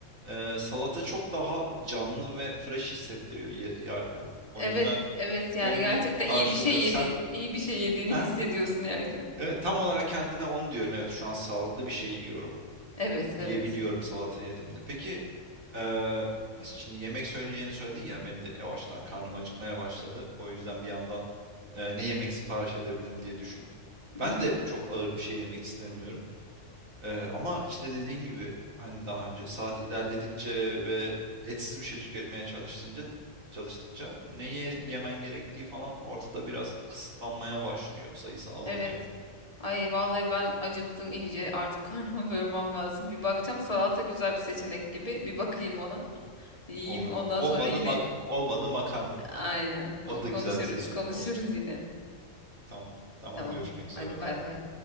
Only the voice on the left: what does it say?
Evet,
evet yani
gerçekten
iyi bir şey yedin,
iyi bir şey yediğini
hissediyorsun yerken.
Evet, evet.
Hı hı.
Evet. Ay vallahi ben acıktım iyice. Artık <laughs> karnımı doyurmam lazım. Bir bakacağım salata güzel bir seçenek gibi. Bir bakayım ona. Yiyeyim.
Ondan
sonra yine
Aynen.
O
konuşuruz,
konuşuruz
yine.
Tamam.
Hadi
bay bay.